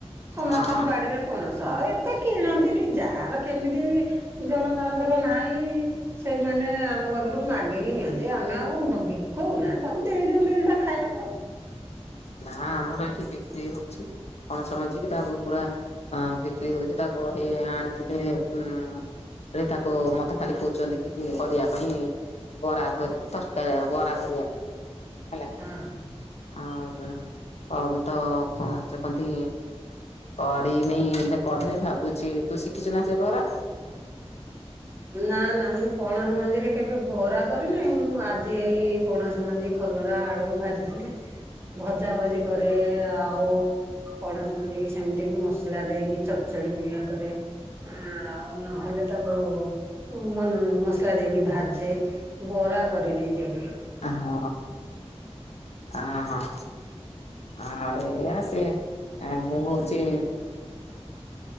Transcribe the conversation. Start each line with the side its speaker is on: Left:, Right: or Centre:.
Right: ସମସ୍ତଙ୍କ
Left: ହଁ
Right: ବାଡିରେ ପଣସ ଏତେ କିଣନ୍ତିନି। ଯାହାର କେମିତି ଜଣ ଜଣ ଙ୍କର ନାହିଁ, ସେମାନେ ଆମ ପାଖରୁ ମାଗି କି ନିଅନ୍ତି। ଆମେ ଆଉ ବିକୁଉ ନା, ତାଙ୍କୁ ଦେଇଦଉ ଦିଟା ଖାଇବାକୁ ଆଉ।
Left: ନା ଆମର ଏଠି ବିକ୍ରି ହଉଚି। ପଣସ ମଞ୍ଜି କି ତାକୁ ପୁରା ବିକ୍ରି ହଉଚି, ତାକୁ ହେଇ ଆଣିଥିଲେ ଉ ରେ ତାକୁ ମତେ ଖାଲି କହୁଛନ୍ତି କି କରିବା ପାଇଁ ବରା କରିକି ତରକାରୀ ବରା କରିବା ପାଇଁ ହେଲା।
Right: ଆଉ ହଁ।
Left: ଆ ହୁଁ ହଁ ମୁଁ ତ କଣ ଯୋଉ କହନ୍ତି କରିନି ଏବେ କରିନି ଭାବୁଛି ତୁ ଶିଖିଛୁ ନା ସେ ବରା?
Right: ନା ନା ମୁଁ ପଣସ ମଞ୍ଜିରେ କେବେ ବରା କରିନି ମୁଁ ଆଜି ଏଇ ପଣସ ମଞ୍ଜି କଲରା ଆଳୁ ଭାଜିଥିଲି। ଭଜା ଭଜି କରେ ଆଉ ପଣସ ମଞ୍ଜିିକି ସେମିତି ବି ମସଲା ଦେଇକି ଚଡଚଡି ବିଣିଆ କରେ। ଆଉ ନହେଲେ ତାକୁ ଉ ମ-ମସଲା ଦେଇକି ଭାଜେ। ବରା କରିନି କେବେ।
Left: ହଁ ଆଁ ହଁ। ଆଉ ଏଇଆ ସିଏ ଆ ମୁଁ ହଉଛି